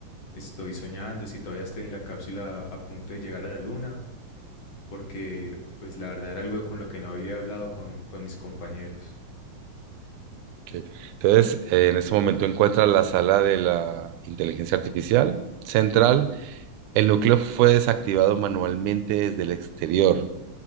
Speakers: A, on the left; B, on the right.
A: estoy soñando, si todavía estoy en la cápsula a punto de llegar a la luna, porque pues la verdad era algo con lo que no había hablado con, con mis compañeros.
B: Ok. Entonces, eh, en este momento encuentras la sala de la inteligencia artificial central. El núcleo fue desactivado manualmente desde el exterior.